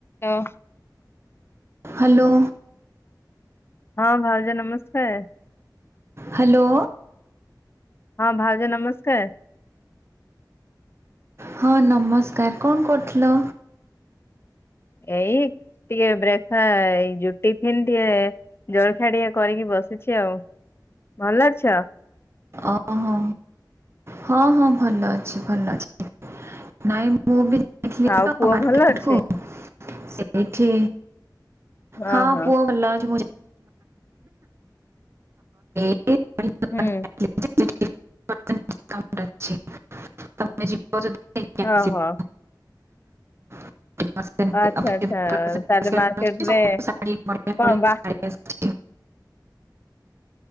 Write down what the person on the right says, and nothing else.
ହାଲୋ।
ହ୍ୟାଲୋ।
ହଁ ନମସ୍କାର କଣ କରୁଥିଲ?
ଓହୋ ହଁ ହଁ ଭଲ ଅଛି ଭଲ ଅଛି। ନାଇଁ ମୁଁ ବି ଯାଇଥିଲି
ତ
ମାର୍କେଟ
କୁ ସେଇଠି ହଁ
ପୁଅ ଭଲ ଅଛି <unintelligible> ଦୋକାନ
<unintelligible> ତମେ ଯିବ ନେଇକି ଆସିବ
<unintelligible>